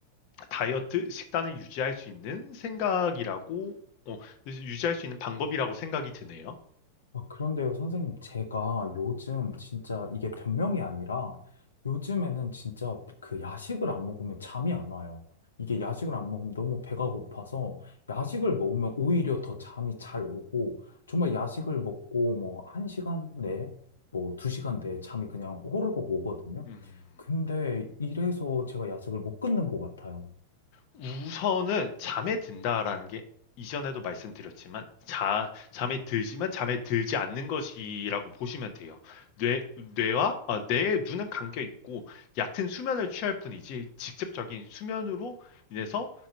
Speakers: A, on the left; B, on the left.
A: 다이어트 식단을 유지할 수 있는 생각이라고 어, 유지할 수 있는 방법이라고 생각이 드네요.
B: 아, 그런데요, 선생님, 제가 요즘 진짜 이게 변명이 아니라 요즘에는 진짜 그 야식을 안 먹으면 잠이 안 와요. 이게
A: 음,
B: 야식을 안 먹으면 너무 배가 고파서 야식을 먹으면 오히려 더 잠이 잘 오고 정말 야식을 먹고 뭐 한시간 내에 뭐 두시간 내에 잠이 그냥 호로록 오거든요.
A: 음. 음.
B: 근데 이래서 제가 야식을 못 끊는 것 같아요.
A: 우선은 잠에 든다라는 게 이전에도 말씀드렸지만 자, 잠에 들지만 잠에 들지 않는 것이라고 보시면 돼요. 뇌, 뇌와 아, 뇌의 눈은 감겨 있고 얕은 수면을 취할 뿐이지 직접적인 수면으로 인해서